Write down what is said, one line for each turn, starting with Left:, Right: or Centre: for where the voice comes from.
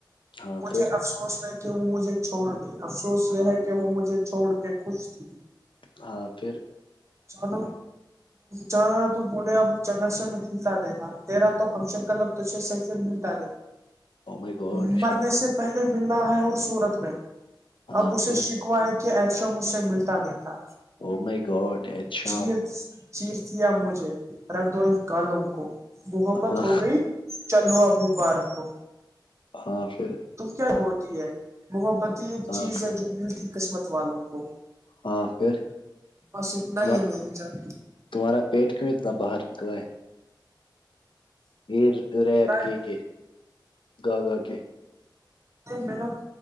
Left: ہاں
Right: مجھے
Left: پھر
Right: افسوس ہے کہ وہ مجھے چھوڑ گئی افسوس یہ
Left: ہاں
Right: ہے کہ وہ مجھے چھوڑ کے خوش تھی
Left: ہاں پھر
Right: چلو چ تو بولے آپ <unintelligible> جگاش میں ملتا نہیں تھا تیرا تو ہمش کلب تش سے ملتا نہیں
Left: او مائی گاڈ
Right: <unintelligible> مرنے سے پہلے ملنا ہے ہر صورت میں
Left: ہاں
Right: اب اسے
Left: پھر
Right: شکوا ہے ایشو مجھ سے ملتا نہیں تھا
Left: او مائی گاڈ ایت شام
Right: چی <unintelligible> چیخ دیا مجھے رکھ دو اس کالوں کو محبت
Left: ہاں
Right: ہو گئی <unintelligible> چلو اب مبارک ہو
Left: ہاں پھر
Right: تم کیا ہوتی ہے محبت ایک
Left: ہاں
Right: چیز
Left: پھر
Right: ہے جو ملتی قسمت والوں کو
Left: ہاں پھر
Right: بس اتنا
Left: تمہا-
Right: ہی ہے میری جان
Left: تمہارا پیٹ کیوں اتنا باہر نکلا ہے یہ ریب
Right: جان
Left: گ کہ گا گا کے <unintelligible>
Right: ما